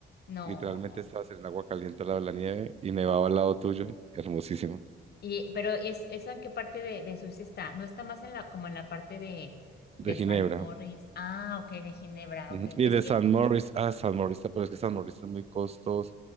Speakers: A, on the left (about 55°); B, on the right (about 30°).
A: no.
B: literalmente estabas en el agua caliente al lado de la nieve y nevaba al lado tuyo, hermosísimo,
A: Y, pero es, ¿eso en qué parte de, de Suiza está? ¿No está más en la, como en la parte de,
B: de
A: de
B: Ginebra.
A: Saint Moritz? Ah, ok, de Ginebra,
B: Ujú.
A: ok.
B: Y
A: Es
B: de
A: que,
B: San Moritz, ah, San Moritz, pero es que San Moritz es muy costoso,